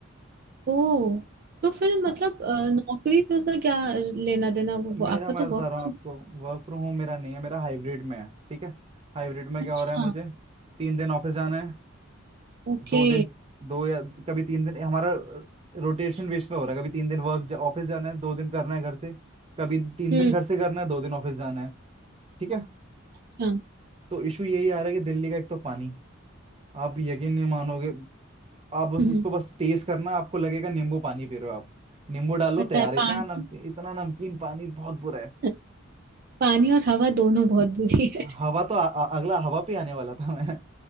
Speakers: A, on the right (about 45°); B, on the right (about 30°).
A: ओ तो फिर मतलब
B: हाँ,
A: अ, नौकरी से उसका क्या लेना देना वो
B: मेरा
A: वो- आपका
B: मैं
A: तो
B: बता
A: वर्क
B: रहा
A: फ्रॉम
B: हूँ आपको वर्क फ्रॉम होम मेरा नहीं है मेरा हाइब्रिड में है ठीक है हाइब्रिड में
A: अच्छा
B: क्या हो रहा है मुझे तीन दिन ऑफिस जाना है
A: ओके
B: दो दिन दो या कभी तीन दिन हमारा रोटेशन बेस में हो रहा है कभी तीन दिन वर्क ऑफिस जाना है दो दिन करना है घर से कभी तीन
A: हम्म
B: दिन घर से करना है दो दिन ऑफिस जाना है ठीक है
A: अच्छा
B: तो इशू यही आ रहा है कि दिल्ली का एक तो पानी आप यकीन नहीं मानोगे आप बस
A: हम्म
B: उसको
A: हम्म।
B: बस टेस्ट करना आपको लगेगा नींबू पानी पी रहे हो आप नींबू डालो
A: पता
B: तैयार
A: है
B: इतना
A: पानी
B: नमकीन इतना नमकीन पानी बहुत बुरा है
A: <laughs> पानी और हवा दोनों बहुत बुरी है
B: हवा तो आ, आ, अगला हवा पे आने वाला था मैं